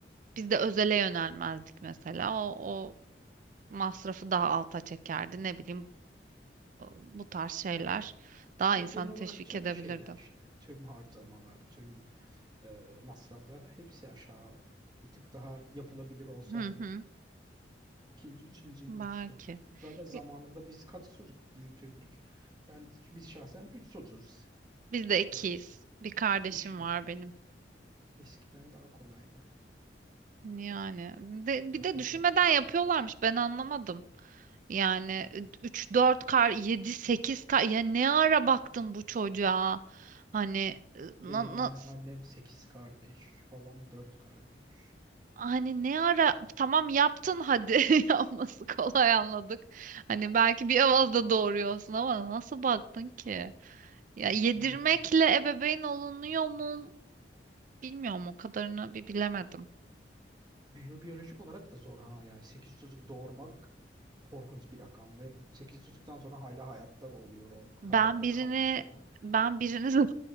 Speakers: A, on the right (about 45°); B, on the right (about 25°).
A: biz de özele yönelmezdik mesela. O, o masrafı daha alta çekerdi. Ne bileyim bu tarz şeyler daha
B: Ya
A: insanı
B: genel olarak
A: teşvik
B: tüm
A: edebilirdi.
B: şeyler işte tüm harcamalar, tüm e, masraflar hepsi aşağı bir tık daha yapılabilir olsaydı
A: Hı hı.
B: İkinci, üçüncüyü
A: Belki.
B: bile düşünürdük. Zaten zamanında
A: Bi-
B: biz kaç çocuk büyütüldük. Ben biz şahsen üç çocuğuz.
A: Biz de ikiyiz.
B: E,
A: Bir kardeşim
B: işte
A: var benim.
B: eskiden daha kolaydı.
A: Yani de,
B: Çok
A: bir
B: masraf
A: de düşünmeden
B: yoktu.
A: yapıyorlarmış. Ben anlamadım. Yani 3 4 kar 7 8 kar ya ne ara baktın bu çocuğa? Hani na,
B: Benim
A: na-
B: aynen annem 8 kardeş, babam 4 kardeş.
A: hani ne ara tamam yaptın hadi <laughs> yapması kolay anladık. Hani belki bir avazda doğuruyorsun ama nasıl baktın ki? Ya
B: Nasıl
A: yedirmekle
B: büyüttü
A: ebeveyn olunuyor mu? Bilmiyorum o kadarını bir bilemedim.
B: Biyo- biyolojik olarak da zor ha. Yani 8 çocuk doğurmak korkunç bir rakam ve 8 çocuktan sonra hala hayatta oluyor olmak,
A: Ben
B: hayatta
A: birini
B: kalmış olmak.
A: ben birini <laughs> zor